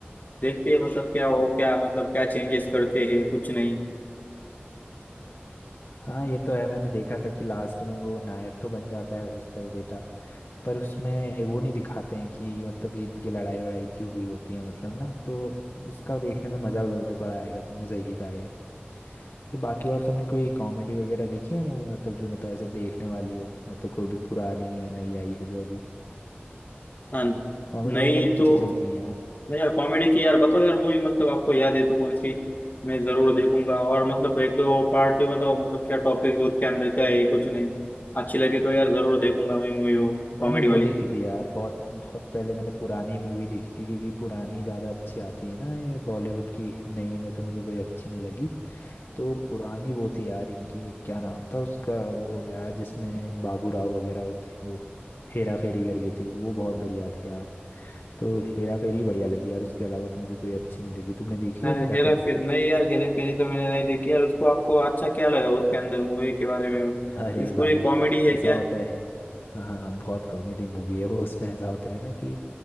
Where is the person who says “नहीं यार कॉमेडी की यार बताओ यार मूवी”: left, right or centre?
Left